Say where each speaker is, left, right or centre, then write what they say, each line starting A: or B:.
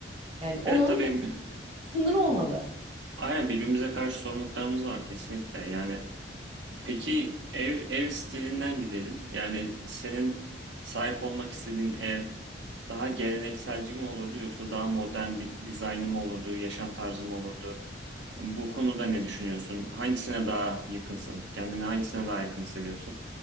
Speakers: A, on the right (about 30°); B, on the right (about 70°).
A: Yani
B: Evet
A: onun
B: tabii
A: ben- sınırı olmalı.
B: Aynen birbirimize karşı sorumluluklarımız var kesinlikle. Yani peki ev ev stilinden gidelim. Yani senin sahip olmak istediğin ev daha gelenekselci mi olurdu yoksa daha modern bir dizaynı mı olurdu, yaşam tarzı mı olurdu? Bu konuda ne düşünüyorsun? Hangisine daha yakınsın? Kendini hangisine daha yakın hissediyorsun?